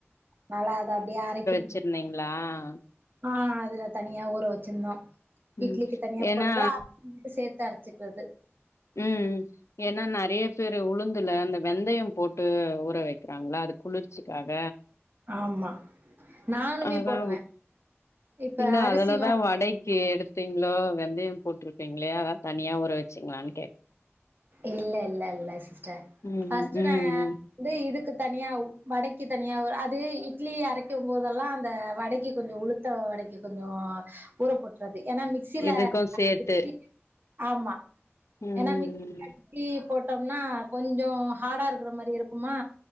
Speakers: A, on the right; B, on the left.
A: நல்லா அத அப்டியே அரைக்
B: வெச்சுருந்தீங்களா ஆ
A: ஆ அதுல தனியா ஊற வச்சிருந்தோ
B: ம்
A: இட்லிக்கு தனியா
B: ஏன்னா
A: போடும்ப சேத் த்தே அரச்சுக்குறது
B: ம் ஏன்னா நறையப் பேரு உளுந்துல அந்த வெந்தயம் போட்டு ஊற வெக் குறாங்களா அது குளிர்ச்சிக்காக
A: ஆமா நானுமே
B: அதா
A: போடுவே இப்ப
B: இல்ல
A: அரிசி
B: அதுலதா
A: மா
B: வடை கீ எடுத்தீங்ளோ வெந்தயம் போட்ருக்கீங்களே அதா தனியா ஊற வச்சீங்களானு
A: இல்ல இல்ல இல்ல சிஸ்டர்
B: ம்
A: ஃபர்ஸ்ட்
B: ம்
A: நா
B: ம்
A: வந்து இது க்கு தனியா வடைக்கு தனியா அது இட்லி அரைக்கும் போதெல்லா அந்த வடைக்கு கொஞ்சே உளுத்த வடைக்கு கொஞ்சே ஊறப்போட்டுறது ஏன்னா மிக்சியில
B: இதுக்கு சேத்து
A: அடிச்சி ஆமா
B: ம்
A: ஏன்னா <inaudible> போட் டோம்னா கொஞ்சோ ஹார்டா இருக்கிற மாரி இருக்குமா